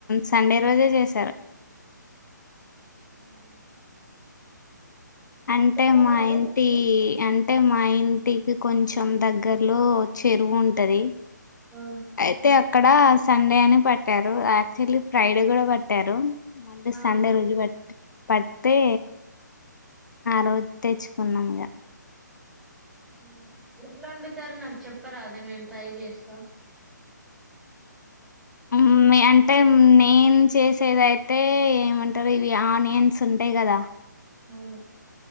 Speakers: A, on the left (about 70°); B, in the centre.
A: సండే రోజే చేశారు
B: ఉ <unintelligible>
A: అంటే
B: చెప్పరాదు
A: మా ఇం టి అంటే మా ఇంటికి కొంచెం దగ్గరలో చెరువు ఉంటది
B: ఆ
A: అయితే అక్కడ సండే అని పట్టారు యాక్చువల్లీ ఫ్రైడే కూడా పట్టారు మళ్ళీ
B: ఆ
A: సండే రోజు ప పడ్తే ఆ రోజు తెచ్చుకున్నాంగా
B: అవునా ఎట్లా వండుతారు నాకు చెప్పరాద నేను ట్రై చేస్తా
A: ఉం అంటే నేను చేసేదయితే ఏమంటారు ఇవి ఆనియన్స్ ఉంటాయి కదా
B: అవును